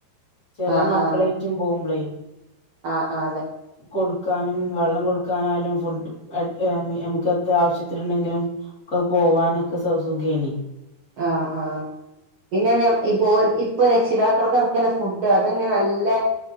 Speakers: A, on the left; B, on the right.
A: ചെറിയ
B: ആഹ്
A: മക്കളെ
B: ആഹ്
A: മറ്റും പോകുമ്പളേ
B: ആഹ് ആഹ് അതെ
A: കൊടുക്കാനുംവള്ളം കൊടുക്കാനായാലും ഫുഡ് എട് എ ന്നമുക്ക് എത്ര ആവശ്യത്തിന്ണ്ടെങ്കിലും ഒക്കെ പോവാനൊക്കെ സൊസുഖയ്നി
B: ആഹ്, ആഹ് പിന്നെന്നേ ഇപോര് ഇപ്പൊ രക്ഷിതാക്കൾക്കടകല്ലെ ഫുഡ് അതെന്നേന്നല്ലേ